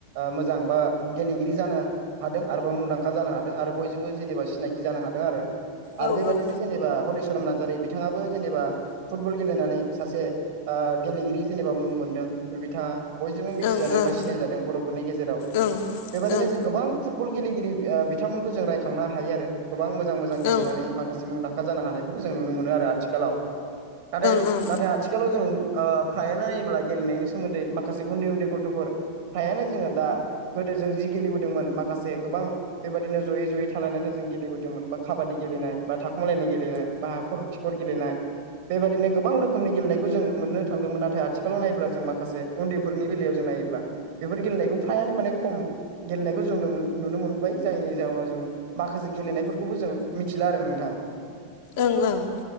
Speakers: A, on the right; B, on the left.
A: मोजां बा गेलेगिरि जानो हादों आरोबा मुंदांखा जानो हादों आरो बयजोंबो जेनेबा सिनायखि जानो हादों आरो आरो
B: औ
A: बेबायदिनो
B: औ ओं
A: जेनेबा हलि सरन नार्जारि बिथाङाबो जेनेबा फुटबल गेलेनानै सासे गेलेगिरि जेनेबा मुं मोनदों बिथाङा बयजोंबो मिथिजादों
B: ओं ओं
A: बा सिनायादों बर' फोरनि गेजेराव
B: ओं
A: बेबादिनो
B: ओं
A: जों गोबां फुटबल गेलेगिरि बिथांमोनखौ जों रायखांनो हायो आरो गोबां मोजां मोजां गेलेनानै
B: ओं
A: माखासे मुंदांखा जानो हानायखौबो जों नुनो मोनो आरो आथिखालाव नाथाय
B: ओं
A: नाथाय आथिखालाव जों फ्रायानो नायोब्ला गेलेनायनि सोमोन्दै माखासे उन्दै उन्दै गथ'फोर फ्रायानो जोङो दा गोदो जों जि गेलेबोदोंमोन माखासे गोबां बेबायदिनो जयै जयै थालायनानै जों गेलेबोदोंमोन बा काबादि गेलेनाय बा था खोमालायनाय गेलेनाय बा हाखर खिखर गेलेनाय बेबादिनो गोबां रोखोमनि गेलेनायखौ जों मोननो थांदोंमोन नाथाय आथिखालाव नायोब्ला जों माखासे उन्दैफोरनि बेलायाव जों नायोब्ला बेफोर गेलेनायखौ फ्रायानो माने खम गेलेनायखौ जों नुनो मोनबाय जायनि जाहोनाव जों माखासे गेलेनायफोरखौबो जों मिथिला आरो नोंथां
B: ओं ओं